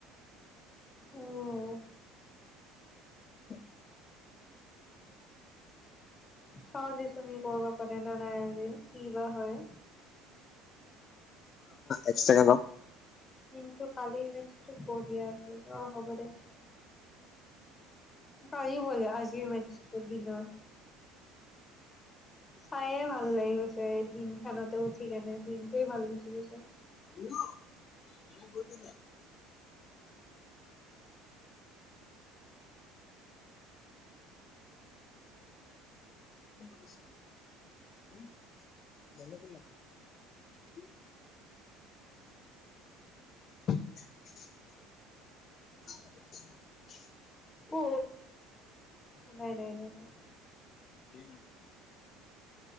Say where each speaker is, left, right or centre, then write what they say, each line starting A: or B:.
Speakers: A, on the left; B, on the left.
A: অ'।
B: <inaudible>
A: চাওঁ দেচোন সি কৰিব পাৰে নে নাই আজি। কি বা হয়।
B: এক্সট্ৰাকে ল।
A: কিন্তু কালি মেট টো বঢ়িয়া আছিল, হ'ব দে। কালিও বোলে আজিও মাতিছিলো দিনৰ চায়ে ভাল লাগি গৈছে দিন খানতে উঠি কেনে দিনটোৱেই ভাল গুচি গৈছে।
B: <unintelligible> <unintelligible> <unintelligible> <inaudible>
A: ঔ নাই, নাই, নাই, নাই।
B: এই।